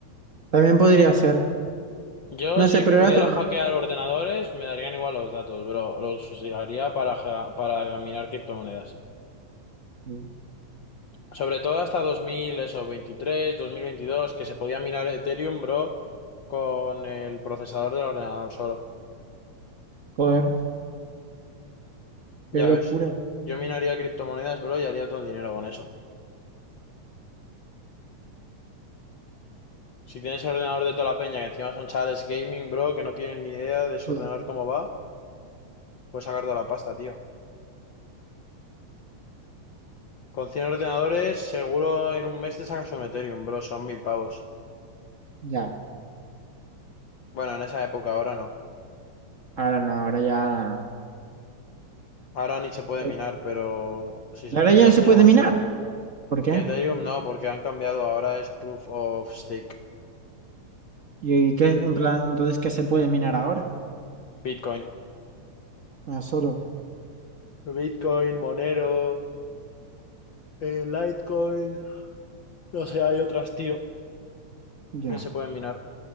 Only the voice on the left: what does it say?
Yo,
si
pudiera
hackear ordenadores, me darían igual los datos, bro. Los usaría para, ja- para minar criptomonedas.
Sobre todo hasta 2000, eso, 23, 2022, que se podía minar Ethereum, bro, con el procesador del ordenador solo.
Ya
ves. Yo minaría criptomonedas, bro, y haría todo el dinero con eso. Si tienes el ordenador de toda la peña, que encima son chavales gaming, bro, que no tienen ni idea de su
ordenador cómo va, puedes sacar toda la pasta, tío. Con 100 ordenadores, seguro en un mes te sacas un Ethereum, bro, son mil pavos.
Bueno, en esa época, ahora no.
Ahora ni se puede
minar, pero si se
pudiera
sería
más
chungo.
Ethereum no, porque han cambiado, ahora es Proof of Stake.
Bitcoin.
Bitcoin, Monero, eh, Litecoin, no sé, hay otras, tío,
que se pueden minar.